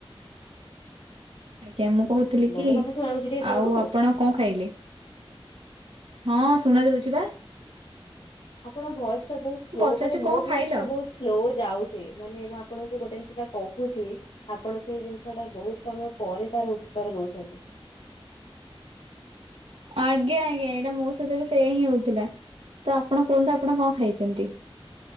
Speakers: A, on the right; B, on the left.
A: ଆଜ୍ଞା ମୁଁ କହୁଥିଲି
B: ହ୍ୟାଲୋ
A: କି
B: ମୋ କଥା ଶୁଣାଯାଉଛି ଟି ଆପଣଙ୍କୁ?
A: ଆଉ ଆପଣ କଣ ଖାଇଲେ? ହଁ ଶୁଣା ଦଉଛି ବା
B: ଆପଣ ଭଏସ ଟା ବହୁତ ସ୍ଲୋ
A: ମୁଁ ପଚାରୁଛି
B: ମାନେ ମୋ
A: କଣ ଖାଇଲ?
B: ଭଏସ ଟା ବହୁତ ସ୍ଲୋ ଯାଉଛି ମାନେ ମୁଁ ଆପଣଙ୍କୁ ଗୋଟେ ଜିନିଷଟା କହୁଛି ଆପଣ ସେ ଜିନିଷ ଟା ବହୁତ ସମୟ ପରେ ତାର ଉତ୍ତର ଦଉଛନ୍ତି
A: ଆଜ୍ଞା ଆଜ୍ଞା ଏଇଟା ମୋ ସହିତ ବି ସେ ହିଁ ହଉଥିଲା ତ ଆପଣ କୁହନ୍ତୁ ଆପଣ କଣ ଖାଇଛନ୍ତି?